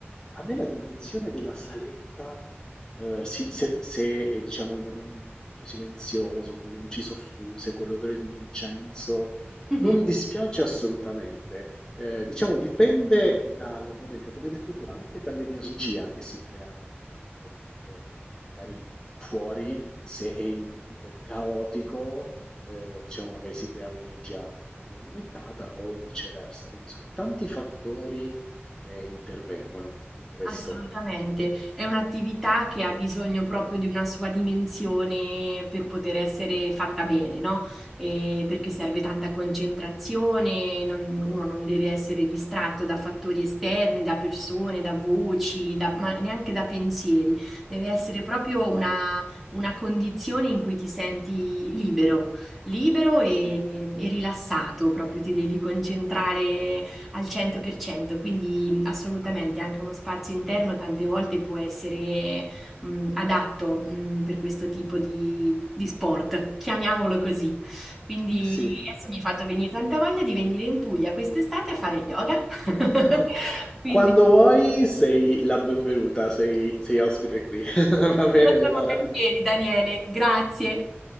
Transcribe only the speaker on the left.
a me la dimensione della saletta, ehm, si se se è diciamo in un in un punto silenzioso, con le luci soffuse, con l'odore di un incenso,
non dispiace assolutamente, ehm, diciamo dipende dal momento, come hai detto tu, anche dall'energia che si crea nel gruppo, perché magari fuori, se è in un punto caotico, ehm, diciamo magari si crea un'energia troppo movimentata o viceversa, quindi sono tanti fattori che intervengono in questo.
Sì.
Sì.
<laughs>
Quando vuoi sei la benvenuta, sei, sei ospite qui. <laughs> Va bene,
Leonora?